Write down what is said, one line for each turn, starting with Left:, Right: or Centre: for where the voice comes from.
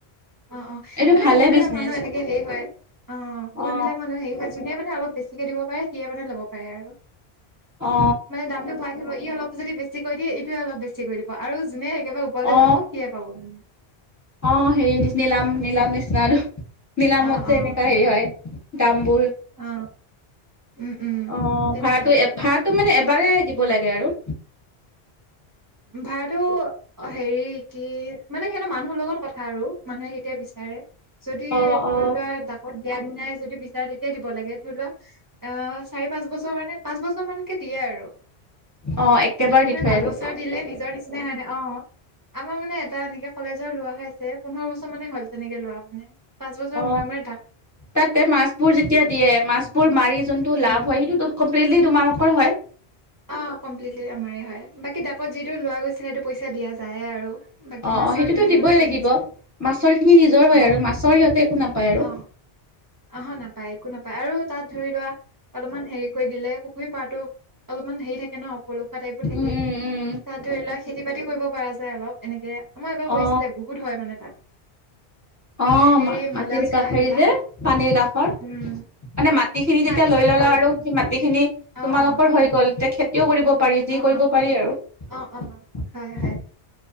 Right: অ অ
Left: এইটো
Right: মানে
Left: ভালে
Right: বহুত বিলাক
Left: বিজনেচ
Right: মানুহ এনেকে হেৰি হয় অ বহুত
Left: অ
Right: বিলিলাক মানুহ হেৰি হয় যোনে মানে অলপ বেছিকে দিব পাৰে সিয় মানে ল'ব পাৰে আৰু।
Left: অ
Right: মানে দাম টো ভৰাই থব ই অলপ যদি বেছি কৰি দিয়ে এইটোৱে অলপ বেছি কৰি দিব আৰু যোনে একেবাৰে ওপৰলৈ
Left: অ
Right: যাব সিয়ে পাব মানে
Left: অ হেৰি নিচিনিলাম নিলাম নিচিনা আৰু নিলামত
Right: অ অ
Left: যে এনেকা হেৰি হয় দামবোৰ।
Right: অ উম উম
Left: অ
Right: তেনেকুৱাই
Left: ভাৰাটো ভাড়াটো মানে এবাৰে দিব লাগে আৰু
Right: ভাড়াটো হেৰি কি মানে সিহতৰ মানুহৰ লগত কথা আৰু মানুহে কেতিয়া বিচ বিচাৰে যদি ধৰি
Left: অ অ
Right: লোৱা ডাকত দিয়া দিনাই যদি বিচাৰে তেতিয়াাই দিব লাগে ধৰি লোৱা অ চাৰি পাঁচ বছৰ কাৰণে পাঁচ বছৰ মানকে দিয়ে আৰু।
Left: অ একেবাৰে
Right: এটা পুখুৰী
Left: দি থয়
Right: পাঁচ
Left: আৰু।
Right: বছৰ দিলে নিজৰ নিচিনা হয় ন অ আমাৰ মানে এটা এনেকে কলেজৰ লোৱা হৈ আছে। পোন্ধৰ বছৰ মানে হ'ল তেনেকে লোৱা মানে পাঁচ বছৰ
Left: অ
Right: মূৰে মূৰে দাক
Left: তাতে মাছবোৰ যেতিয়া দিয়ে মাছ বোৰ মাৰি যোনটো লাভ
Right: উম,
Left: হয় সেইটো তত কমপ্লিটলি তোমালোক কৰ হয়?
Right: অ কম্লিটলি আমাৰ হয় বাকী ডাকত যিটো লোৱা গৈছিলে সেইটো পইচা দিয়া যায় আৰু। বাকী
Left: অ
Right: মাছৰখিনি
Left: অ সেইটোতো দিবই
Right: মানে চব
Left: লাগিব
Right: নিজৰ
Left: মাছৰ খিনি নিজৰ হয়
Right: অ',
Left: আৰু মাছৰ সিহঁতে একো নাপায় আৰু
Right: অ অ নাপায় একো নাপায় আৰু তাত ধৰি লোৱা অলপমান হেৰি কৰি দিলে পুখুৰী পাৰতো অলপমান হেৰি থাকে ন <unintelligible> পলুৱা টাইপো থাকে
Left: উম উম
Right: তাত ধৰি লোৱা খেতি বাতি কৰিব পৰা যায় অলপ এনেকে আমাৰ এবাৰ কৰিছিলে
Left: উম অ
Right: বহুত হয় মানে তাত
Left: অ
Right: হেৰি
Left: মতিৰি
Right: মূলা চোলা
Left: ক
Right: এইবিলাক
Left: হেৰি যে পানীৰ কাষৰ
Right: উম
Left: মানে মাটি খিনি
Right: শাক
Left: যেতিয়া লৈ
Right: চাক
Left: ললা আৰু সেই মাটিখিনি
Right: অ
Left: তোমালোকৰ
Right: অ
Left: হৈ গ'ল তেখেত কিয় কৰিব পাৰি যি
Right: অ
Left: কৰিব
Right: অ
Left: পাৰি আৰু।
Right: অ অ হয় হয়